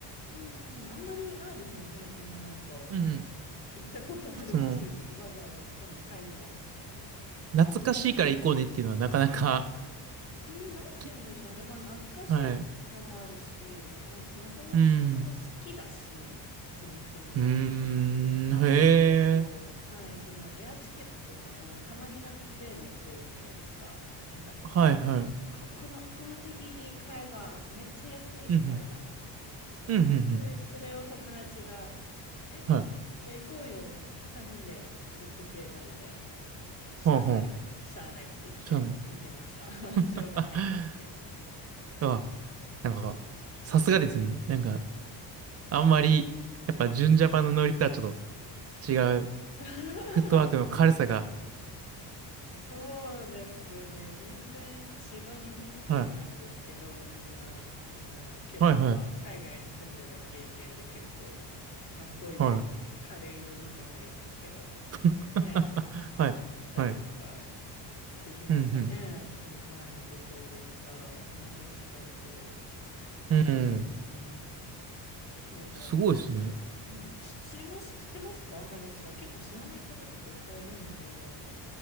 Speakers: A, on the left; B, on the right.
A: うんうん、あんまりないですよね。そんななんか、
B: うんうん。
A: 行ったことある場所にわざわざ、
B: その、
A: しかも海外。
B: 懐かしいから行こうねっていうのはなかなか、
A: うん、なんて言うんでしょうね。
B: き
A: まあ、懐かしいのもあるし、
B: はい。
A: まあ、もともとそもそも好きだし、
B: うん。
A: その国が。
B: うーん、
A: あと、
B: へ
A: 結構、
B: え。
A: はい、そのエアチケットとかも、たまになんかセールやってるじゃないですか。なんか、
B: はいはい。
A: こ、この、この時期に買えばめっちゃ安いみたいな。
B: うん、うん。うん、うん、
A: それ、
B: うん。
A: それを友達が、え、
B: はい。
A: じゃあ行こうよ、三人でって誘ってくれたので、しゃあない、
B: ほうほう。
A: しゃあないって言って、
B: そうね。
A: <laughs> 行きました。<laughs> しょうがないって言って。
B: あ、あ、なんか、さすがですね。なんか、あんまり、やっぱ、純ジャパンのノリとはちょっと違う、
A: <laughs>
B: フットワークの軽さが、
A: そうですね。全然千葉日本人なんですけど、
B: はい。
A: みんな、あの、けどやっぱ海外に住んでた経験で結構、
B: はいはい。
A: まあこういう軽いノリじゃないですけど、
B: はい。<laughs>
A: ね、
B: はい。
A: したりとか
B: はい。
A: できましたね。
B: うん、
A: この前の旅行で行ったら、マレーシアと、
B: うん。うん。
A: うーん、どうだろう。
B: すごいですね。
A: マレ、うん、し知ります、知ってますかマレーシア。結構知らない方とかいっぱいいるので。